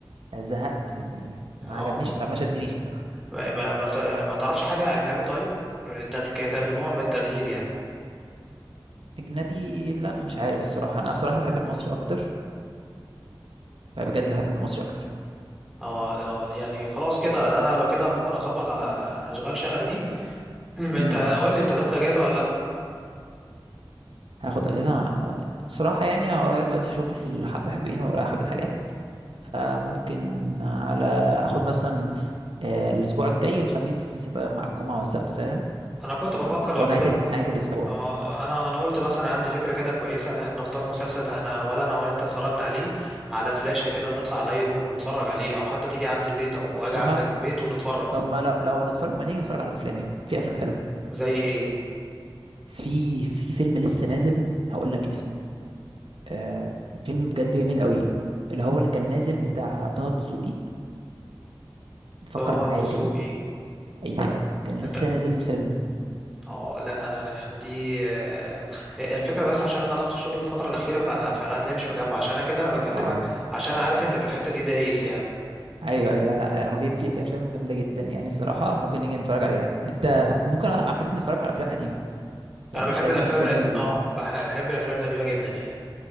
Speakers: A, on the right; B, in the centre.
A: زهقت يعني
B: اه
A: ما عجبنيش ما شدنيش الصراحة
B: ما ما ت- ما تعرفش حاجة أجنبي طيب تغ- كتغ- نوع من التغيير يعني
A: اجنبي لا مش عارف الصراحة انا بصراحة بحب المصري اكتر فبجد بحب المصري اكتر
B: اه اه يعني خلاص كده انا لو كده ممكن اظبط على اشغال شقة دي <clears throat>
A: امم
B: انت قول لي انت تاخد اجازة ولا لا
A: هاخد اجازة أنا- الصراحة يعني انا ورايا دلوقتي شغل حبة حلوين ورايا حبة
B: مم.
A: حاجات فممكن على اخد مثلا آه، الاسبوع الجاي الخميس بقى مع الجمعة والسبت فاهم
B: انا كنت بفكر لو
A: لو نهاية
B: كده
A: ال-
B: ممكن
A: نهاية الاسبوع
B: آه انا انا قلت مثلا عندي فكره كده كويسه اللي احنا نختار مسلسل احنا ولا انا ولا انت اتفرجنا عليه على فلاشه كده ونطلع على اي روم ونتفرج عليه او حتى تيجي عندي البيت او اجي
A: طب
B: عندك
A: ما
B: البيت ونتفرج
A: طب ما لو, لو هنتفرج ما نيجي نتفرج على الافلام يعني في افلام حلوة
B: زي ايه
A: في في فيلم لسه نازل هقول لك اسمه آه فيلم بجد جميل قوي اللي هو اللي كان نازل بتاع طه الدسوقي فكر
B: طه
A: معايا
B: دسوقي
A: كده ايوه كان لسه
B: انت
A: نازل الفيلم
B: اه لا آه، احنا دي آه، هي الفكره بس عشان انا ضغط الشغل الفتره الاخيره ف... فانا هتلاقي مش مجمع عشان أنا كده انا بكلمك
A: اه
B: عشان عارف انت في الحته دي دايس يعني
A: ايوه ايوه لا لا هو في في في افلام جامده جدا يعني الصراحه ممكن نيجي نتفرج عليها انت بت- ممكن على فكره نتفرج على افلام قديمه يعني
B: انا بحب
A: مش لازم
B: الافلام
A: يكون فيلم
B: القد...
A: جديد
B: اه بحب الافلام القديمه جدا يعني